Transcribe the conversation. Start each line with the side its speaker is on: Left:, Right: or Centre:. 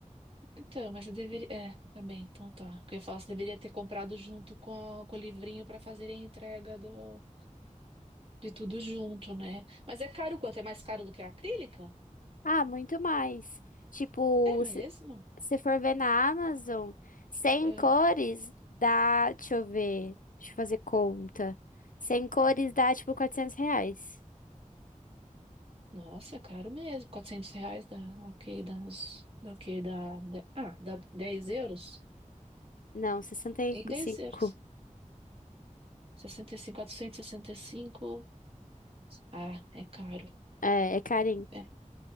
Right: Então, mas eu deveria. É, tá bem, então tá. Porque eu ia falar, você deveria ter comprado junto com, a- com o livrinho para fazer a entrega do, de tudo junto, né? Mas é caro quanto? É mais caro do que a acrílica?
Left: Ah, muito mais. Tipo,
Right: É mesmo?
Left: se, se for ver na Amazon, 100
Right: É.
Left: cores dá. Deixa eu ver. Deixa eu fazer conta. 100 cores dá tipo 400 reais.
Right: Nossa, é caro mesmo. quatrocentos reais dá, ok, dá uns, dá o quê? Dá, dá- ah, dá dez euros?
Left: Não, 65.
Right: Em 10 euros. sessenta sessenta e cinco, quatrocentos e sessenta e cinco, Ah, é caro.
Left: É, é carinho.
Right: É,